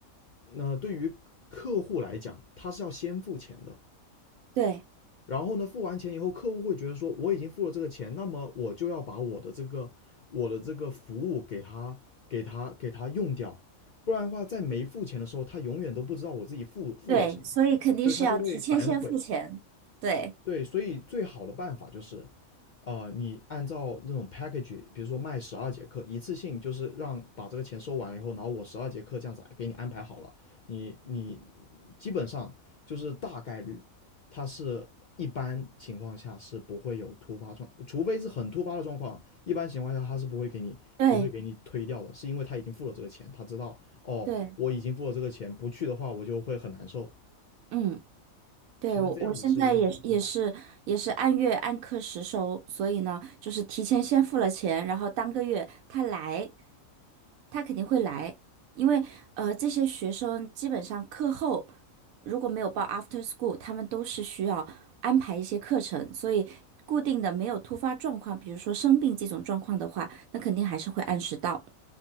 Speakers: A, on the left; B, on the right.
A: 那对于客户来讲，他是要先付钱的，
B: 对
A: 然后呢，付完钱以后，客户会觉得说我已经付了这个钱，那么我就要把我的这个我的这个服务给他给他给他用掉，不然的话，在没付钱的时候，他永远都不知道我自己付付了什么，
B: 对，所以肯定是要提前先付钱。
A: 所以他就会反悔。
B: 对
A: 对，所以最好的办法就是，呃，你按照那种 package，比如说卖十二节课，一次性就是让把这个钱收完了以后，然后我十二节课这样子给你安排好了，你你基本上就是大概率，它是一般情况下是不会有突发状，除非是很突发的状况，一般情况下他是不会给你不会给你推掉的，
B: 对
A: 是因为他已经付了这个钱，他知道哦，
B: 对，
A: 我已经付了这个钱，不去的话我就会很难受。
B: 嗯。对，
A: 其实这样子是一个好。
B: 我我现在也是也是也是按月按课时收，所以呢，就是提前先付了钱，然后当个月他来，他肯定会来，因为呃这些学生基本上课后如果没有报 after school，他们都是需要安排一些课程，所以固定的没有突发状况，比如说生病这种状况的话，那肯定还是会按时到。